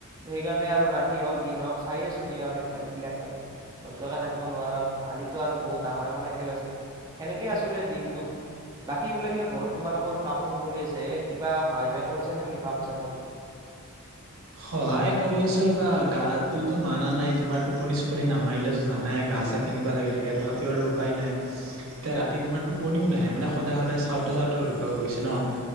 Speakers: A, on the right (about 20°); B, on the right (about 70°).
A: সেইকাৰণে আৰু ৰাতি হওক দিন হওক চাই আছ <unintelligible> মানে খেল বিলাক মানে নোচোৱাকে থাকিব নোৱাৰো আজিতো আৰু বহুত ডাঙৰ এখনে খেল আছে। সেনেকে আছো <unintelligible> দিনটো। বাকী বোলে কিবা ঘৰত তোমালোকৰ কাম চাম চলি আছে কিবা সহায় চহায় কৰি দিছা নেকি কাম চামত?
B: সহায় কৰি আছো ৰবা গা তইতো মানা নাই তোমাৰ টোপনি চোপনি নামাৰিলেতো জানাই গা চা কেনেকুৱা লাগি থাকে তথাপিও আৰু উপায় নাই। এতিয়া ৰাতি তোমাৰ টোপনিও নাহে মানে সদায়, সদায় চাওঁতে, চাওঁতে অভ্যাস হৈ গৈছে নহ।